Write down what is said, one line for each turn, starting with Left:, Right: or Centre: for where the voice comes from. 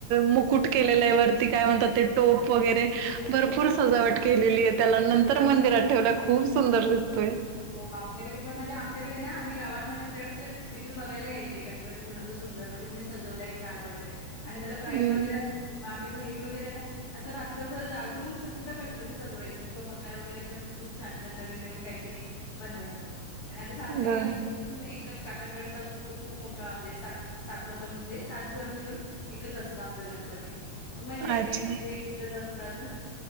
Right: मुकुट केलेलं आहे वरती काय म्हणतात ते टोप वगैरे
Left: <unintelligible>
Right: भरपूर सजावट केलेली आहे त्याला नंतर मंदिरात ठेवल्या खूप सुंदर दिसतोय.
Left: हो आमच्याकडे पण म्हणजे आमच्याकडे ना आम्ही गावात म्हणजे आमच्याकडें स्पेशल बघायला यायचे गणपती कुणाचं सुंदर म्हणजे कुणी सजवलंय छान वगैरे आणि त्याला प्राईज
Right: हम्म,
Left: वगैरे असायचे आम्ही बहिणी वगैरे ना असं रात्रभर जागून असं पूर्ण गणपती सजवायचं किंवा मकार वगैरे पण असं खूप छान छान नवीन नवीन काहीतरी बनवायचो आणि आता सासरीे
Right: बरं
Left: गेल्यावर एकच काकांकडेच असतो तो खूप मोठा म्हणजे सात सात लोकां म्हणजे सात घर मिळून एकच असतं आमच गणपती मजा येते
Right: अच्छा
Left: कधी एकत्रच असतात.